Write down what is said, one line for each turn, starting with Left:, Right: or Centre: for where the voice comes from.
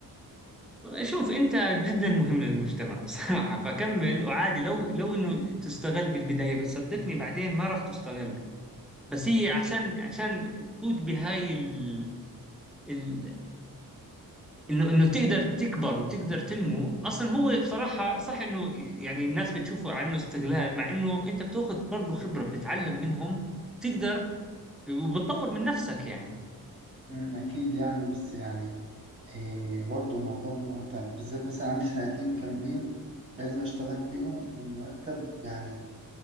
Centre: شوف انت جدا مهم للمجتمع <laughs> بصراحة فكمل وعادي لو لو انه تستغل بالبداية بس صدقني بعدين ما راح تستغل بس هي عشان عشان تفوت بهاي ال... ال... انه انه تقدر تكبر وتقدر تنمو اصلا هو بصراحه صح انه يعني الناس بتشوفه عنه استغلال مع انه انت بتاخذ برضه خبره بتتعلم منهم تقدر وبتطور من نفسك يعني
Right: أمم، أكيد يعني بس يعني آه، برضو الموضوع بيبقى متعب بالذات مثلا عندي سنتين كاملين لازم أشتغل فيهم والمرتب يعني